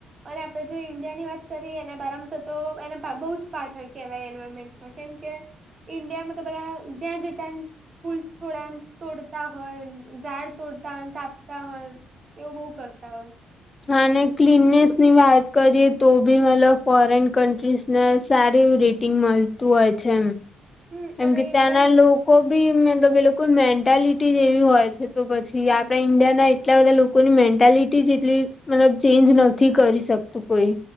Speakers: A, on the right; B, on the left.
A: અને આપડે જો ઈન્ડિયા ની વાત કરીએ એના બારમ તો તો એને પીએ બઉુ જ પા થાય. કેવાય એન્વાયરમેન્ટમાં કેમ કે ઈન્ડિયામાં તો બધા જ્યાં જો તા એમ ફૂલ છોડ એમ. તોડતા હોય ઝાડ તોડતા હોય કાપતા હોય એવું બો કરતા હોય.
B: હા ને ક્લીનનેસ ની વાત કરીએ તો બી મતલબ ફોરેન કન્ટ્રીઝને સારી રી ટીન મળતું હોય છે એમ
A: હમ
B: કેમ
A: અને
B: કે ત્યાંના
A: ઇન્ડિયન
B: લો કો બી મે તો બિલકુલ મેન્ટાલિટી એવી હોય છે તો પછી આપણા ઈન્ડિયાના એટલા બધા લોકોની મેન્ટાલિટી એટલી મતલબ ચેન્જ નથી કરી શકતું કોઈ.